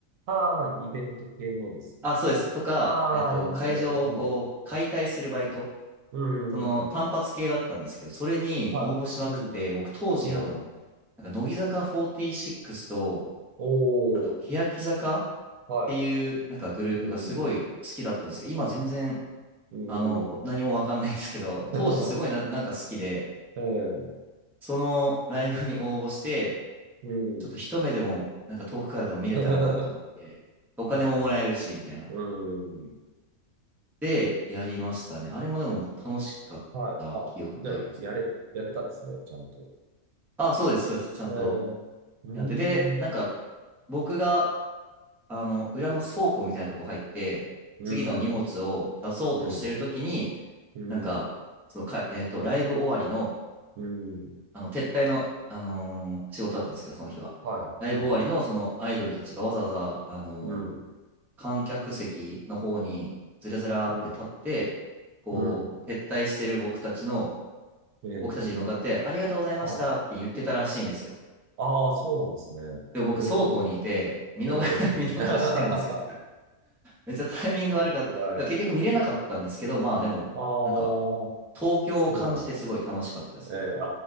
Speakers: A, on the right; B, in the centre.
A: ああ、イベント系のですか。
B: あ、そうです。とか、
A: ああ、
B: えっと、
A: ありますね。
B: 会場をこう、
A: うん。
B: 解体するバイト、
A: うんうんうん。
B: その単発系だったんですけど、それに応募しまくって、
A: はい。うん。
B: 僕当時、
A: ええ。
B: あの、なんか乃木坂46と、
A: お
B: あと、
A: お、
B: 欅坂っ
A: はい。
B: ていう、なんかグループがすごい好きだったんですけど、
A: うん
B: 今全然、
A: うん。
B: あの、
A: うん。
B: 何もわかんないんですけど、
A: <laughs>
B: 当時すごいな、なんか好きで、
A: ええ、
B: そのライブに応募して、
A: うん。
B: ちょっと一目でも、なんか遠くからでも見れたらなと思って、
A: <laughs> は
B: お金ももらえるし、
A: いはい。
B: みたいな。
A: うん。
B: で、やりましたね。あれもでも楽しかった記憶があります。
A: はい。あ、じゃあ、やれ、やれたんですね、ちゃんと。
B: あ、そうです、そうです。ちゃんと
A: ええ、うん。
B: やって。で、なんか、僕が、あの、裏の倉庫みたいなとこ入って、
A: うん、
B: 次の荷物を出そうとしてるときに、
A: うん、うん、
B: なんか、そのか、えっと、ライブ終わりの、
A: うん、
B: あの、撤退の、あのー仕事だったんですけど、その日は。
A: はい。
B: ライブ終わりの、
A: うん。
B: そのアイドルたちがわざわざ、あのー
A: うん、
B: 観客席の方に、ずらずらーって立って、
A: うん、
B: こう、
A: うん、
B: 撤退してる僕たちの、
A: ええ、
B: 僕たちに向かって、ありがとうございましたって言ってたらしいんですよ。
A: はい。ああ、そうなんですね。
B: で、僕、
A: ええ、
B: 倉庫にいて、見逃、
A: ええ。
B: <laughs> 見逃してるんですよ。
A: <laughs>
B: めっちゃタイミング悪かった。
A: は
B: だから結局見れなかったんですけど、
A: い。あ
B: まあでも、
A: あ、
B: なんか、東京を感じてすごい楽しかったですね。
A: そうなんですね。ええ、あ